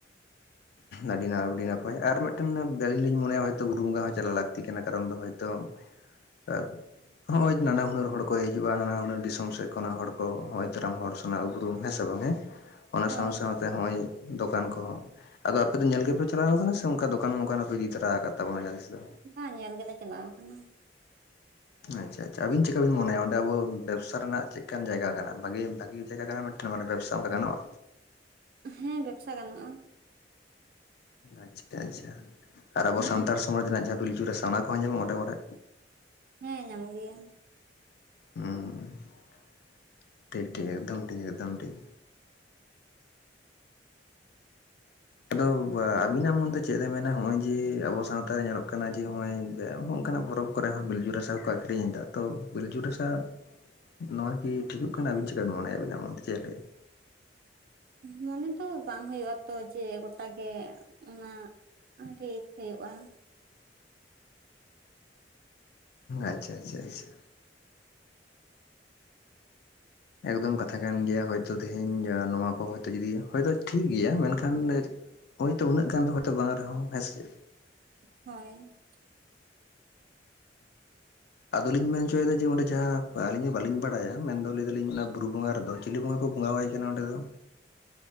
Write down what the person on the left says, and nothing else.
ᱟᱹᱰᱤ ᱱᱟ ᱟᱹᱰᱤ ᱱᱟᱯᱟᱭ ᱟᱨ ᱢᱤᱫᱴᱮᱱ ᱟᱹᱞᱤᱧ ᱞᱤᱧ ᱢᱚᱱᱮᱭᱟ ᱦᱚᱭᱛᱚ ᱜᱩᱨᱩ ᱵᱚᱸᱜᱟ ᱦᱚᱸ ᱪᱟᱞᱟᱜ ᱞᱟᱹᱠᱛᱤ ᱠᱟᱱᱟ ᱠᱟᱨᱚᱱ ᱫᱚ ᱦᱚᱭᱛᱳ <inaudible> ᱱᱚᱜᱼᱚᱭ ᱱᱟᱱᱟ ᱦᱩᱱᱟᱹᱨ ᱦᱚᱲ ᱠᱚ ᱦᱤᱡᱩᱜᱼᱟ ᱱᱟᱱᱟ ᱦᱩᱱᱟᱹᱨ ᱫᱤᱥᱚᱢ ᱥᱮᱫ ᱠᱷᱚᱱ ᱦᱚᱲ ᱠᱚ ᱱᱚᱜᱼᱚᱭ ᱫᱟᱨᱟᱢ ᱦᱚᱲ ᱚᱱᱟ ᱩᱯᱨᱩᱢ ᱦᱮᱸ ᱥᱮ ᱵᱟᱝ? ᱦᱮᱸ ᱚᱱᱟ
ᱥᱟᱶ ᱥᱟᱶᱛᱮ
ᱚᱜᱼᱚᱭ ᱫᱚᱠᱟᱱ ᱠᱚᱦᱚᱸ ᱟᱫᱚ ᱟᱯᱮ ᱫᱚ ᱧᱮᱞ ᱜᱮᱯᱮ ᱪᱟᱞᱟᱣ ᱟᱠᱟᱱᱟ ᱥᱮ ᱚᱱᱠᱟ ᱫᱚᱠᱟᱱ ᱢᱚᱠᱟᱱ ᱦᱚᱸᱯᱮ ᱤᱫᱤ ᱛᱚᱨᱟ ᱟᱠᱟᱫ ᱛᱵᱚᱱᱟ ᱡᱟᱦᱟᱸᱛᱤᱥ ᱫᱚ?
ᱟᱪᱪᱷᱟ ᱟᱪᱪᱷᱟ ᱟᱵᱤᱱ ᱪᱮᱫᱠᱟ ᱵᱤᱱ ᱢᱚᱱᱮᱭᱟ ᱚᱸᱰᱮ ᱟᱵᱚ ᱵᱮᱵᱽᱥᱟ ᱨᱮᱱᱟᱜ ᱪᱮᱫᱠᱟᱱ ᱡᱟᱭᱜᱟ ᱠᱟᱱᱟ ᱵᱷᱟᱜᱤ ᱵᱷᱟᱜᱤ ᱡᱟᱭᱜᱟ ᱠᱟᱱᱟ ᱢᱤᱫᱴᱮᱱ? ᱢᱟᱱᱮ ᱵᱮᱵᱽᱥᱟ ᱚᱱᱠᱟ ᱜᱟᱱᱚᱜᱼᱟ?
ᱟᱪᱪᱷᱟ ᱟᱪᱪᱷᱟ ᱟᱨ ᱟᱵᱚ ᱥᱟᱱᱛᱟᱲ ᱥᱚᱢᱟᱡᱽ ᱨᱮᱱᱟᱜ ᱡᱟᱦᱟᱸ ᱯᱤᱞᱪᱩ ᱨᱟᱥᱟ ᱟᱱᱟ ᱠᱚᱦᱚᱸ ᱧᱟᱢᱚᱜᱼᱟ ᱚᱸᱰᱮ ᱚᱸᱵᱮ
ᱦᱩᱸᱴᱷᱤᱠ ᱴᱷᱤᱠ ᱮᱠᱫᱚᱢ ᱴᱷᱤᱠ ᱮᱠᱫᱚᱢ ᱴᱷᱤᱠ ᱟᱫᱚ ᱟᱵᱤᱱᱟᱜ ᱢᱚᱱᱛᱮ ᱪᱮᱫ ᱮ ᱢᱮᱱᱟ ᱦᱚᱸᱜ ᱚᱭ ᱡᱮ ᱟᱵᱚ ᱥᱟᱶᱛᱟ ᱨᱮ ᱧᱮᱞᱚᱜ ᱠᱟᱱᱟ ᱡᱮ ᱱᱚᱜ ᱚᱭ ᱱᱚᱝᱠᱟᱱᱟᱜ ᱯᱚᱨᱚᱵᱽ ᱠᱚᱨᱮ ᱦᱚᱸ ᱵᱤᱞᱡᱩ ᱨᱟᱥᱟ ᱠᱚ ᱟᱠᱷᱨᱤᱧ ᱮᱫᱟ ᱛᱚ ᱵᱤᱞᱡᱩ ᱨᱟᱥᱟ ᱱᱚᱣᱟ ᱜᱤ ᱴᱷᱤᱠᱚᱜ ᱠᱟᱱᱟ ᱟᱵᱤᱱ ᱪᱤᱠᱟᱵᱤᱱ ᱢᱚᱱᱮᱭᱟ ᱟᱵᱤᱱᱟᱜ ᱢᱚᱱᱛᱮ ᱪᱮᱫ ᱞᱟᱹᱼᱼ
ᱟᱪᱪᱷᱟ ᱟᱪᱪᱷᱟ ᱟᱪᱷᱟ ᱮᱠᱫᱚᱢ ᱠᱟᱛᱷᱟ ᱠᱟᱱ ᱜᱮᱭᱟ ᱦᱚᱭᱛᱳ ᱛᱮᱦᱮᱧ ᱱᱚᱣᱟ ᱠᱚ ᱦᱚᱭᱛᱳ ᱡᱩᱫᱤ ᱦᱚᱭᱛᱳ ᱴᱷᱤᱠ ᱜᱮᱭᱟ ᱢᱮᱱᱠᱷᱟᱱ ᱦᱳᱭᱛᱳ ᱩᱱᱟᱹᱜ ᱜᱟᱱ ᱦᱚᱭᱛᱳ ᱵᱟᱝ ᱨᱮᱦᱚᱸ ᱦᱮᱸ ᱥᱮ?
ᱟᱫᱚᱞᱤᱧ ᱢᱮᱱ ᱚᱪᱚᱭᱫᱟ ᱡᱮ ᱚᱸᱰᱮ ᱡᱟᱦᱟᱸ ᱟᱹᱞᱤᱧ ᱦᱚᱸ ᱵᱟᱹᱞᱤᱧ ᱵᱟᱲᱟᱭᱟ ᱢᱮᱱᱫᱚ ᱞᱟᱹᱭ ᱫᱟᱞᱤᱧ ᱚᱱᱟ ᱵᱩᱨᱩ ᱵᱚᱸᱜᱟ ᱨᱮᱫᱚ ᱪᱤᱞᱤ ᱵᱚᱸᱜᱟ ᱠᱚ ᱵᱚᱸᱜᱟᱣᱟᱭ ᱠᱟᱱᱟ ᱚᱸᱰᱮ ᱫᱚ